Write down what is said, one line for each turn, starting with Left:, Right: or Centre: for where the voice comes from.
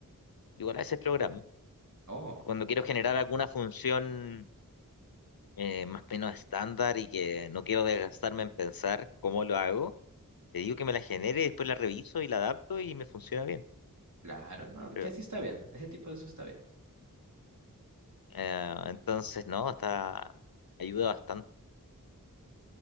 Left: yo igual a veces programa,
Right: Oh,
Left: cuando quiero generar alguna función eh, más o menos estándar y que no quiero desgastarme en pensar cómo lo hago, le digo que me la genere y después la reviso y la adapto y me funciona bien.
Right: claro, no, que
Left: Pero,
Right: así está bien. Ese tipo de uso está bien.
Left: eh, entonces, no, está, ayuda bastante.